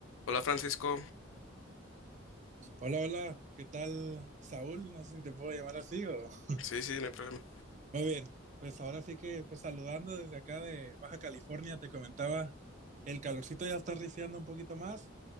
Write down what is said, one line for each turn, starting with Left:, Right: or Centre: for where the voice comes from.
Left: Hola Francisco.
Right: Hola, hola, ¿qué tal, Saúl? No sé si te puedo llamar así o... <laughs>
Left: Sí, sí, no hay problema.
Right: Muy bien, pues ahora sí que pues saludando desde acá de Baja California, te comentaba, el calorcito ya está riciando un poquito más,